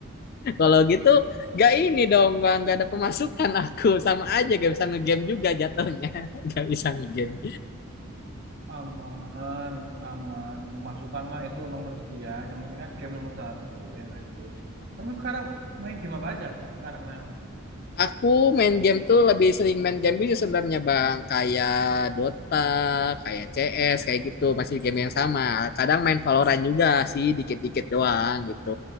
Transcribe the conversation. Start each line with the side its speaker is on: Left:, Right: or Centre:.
Left: Kalau gitu gak ini dong bang, gak ada pemasukan aku. Sama aja gak bisa ngegame juga jatuhnya. <laughs> Gak bisa ngegame.
Right: Aman, aman. Masukan mah itu nomor sekian. Yang penting kan game nomor satu, ya nggak sih? Kamu sekarang main game apa aja? Sekarang main.
Left: Aku main game tuh lebih sering main game itu sebenarnya bang. Kayak Dota, kayak CS, kayak gitu. Masih game yang sama. Kadang main Valorant juga sih, dikit-dikit doang gitu.